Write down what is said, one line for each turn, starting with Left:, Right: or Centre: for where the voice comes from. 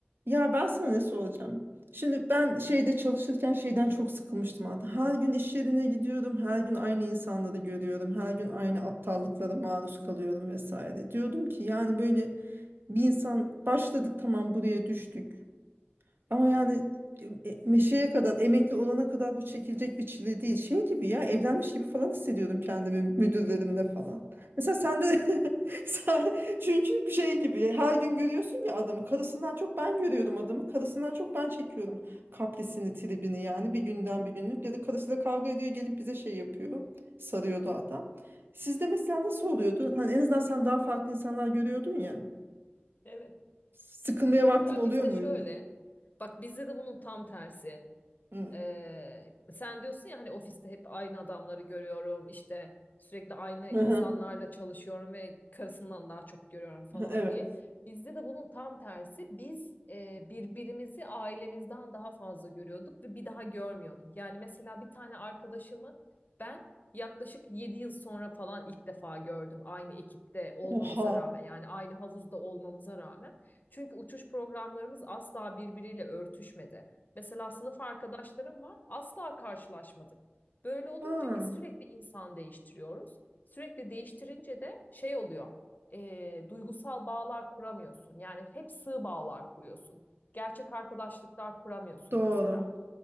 Right: Ya ben sana ne soracağım? Şimdi ben şeyde çalışırken şeyden çok sıkılmıştım artık. Her gün iş yerine gidiyorum, her gün aynı insanları görüyorum, her gün aynı aptallıklara maruz kalıyorum vesaire. Diyordum ki yani böyle bir insan başladık tamam buraya düştük. Ama yani e, e, meşeye kadar, emekli olana kadar bu çekilecek bir çile değil. Şey gibi ya, evlenmiş gibi falan hissediyordum kendimi müdürlerimle falan. Mesela sen de <laughs> sen, çünkü bir şey gibi ya, her gün görüyorsun ya adamı. Karısından çok ben görüyorum adamı. Karısından çok ben çekiyorum kaprisini, tribini yani bir günden bir günlük. Ya da karısıyla kavga ediyor gelip bize şey yapıyor. Sarıyordu adam. Sizde mesela nasıl oluyordu? Hani en azından sen daha farklı insanlar görüyordun ya.
Left: Evet.
Right: Sıkılmaya vaktin
Left: Ya
Right: oluyor
Left: bizde
Right: muydu?
Left: şöyle. Bak bizde de bunun tam tersi.
Right: Hı.
Left: Ee, sen diyorsun ya hani ofiste hep aynı adamları görüyorum işte sürekli aynı
Right: Hı
Left: insanlarla
Right: hı.
Left: çalışıyorum ve karısından daha çok görüyorum falan
Right: <laughs> Evet.
Left: diye. Bizde de bunun tam tersi biz e, birbirimizi ailemizden daha fazla görüyorduk ve bir daha görmüyorduk. Yani mesela bir tane arkadaşımı ben yaklaşık 7 yıl sonra falan ilk defa gördüm aynı ekipte olmamıza
Right: Oha.
Left: rağmen yani aynı havuzda olmamıza rağmen. Çünkü uçuş programlarımız asla birbiriyle örtüşmedi. Mesela sınıf arkadaşlarım var. Asla karşılaşmadık. Böyle olunca
Right: Ha,
Left: biz sürekli insan değiştiriyoruz. Sürekli değiştirince de şey oluyor. e, duygusal bağlar kuramıyorsun. Yani hep sığ bağlar kuruyorsun. Gerçek arkadaşlıklar kuramıyorsun
Right: doğru.
Left: mesela.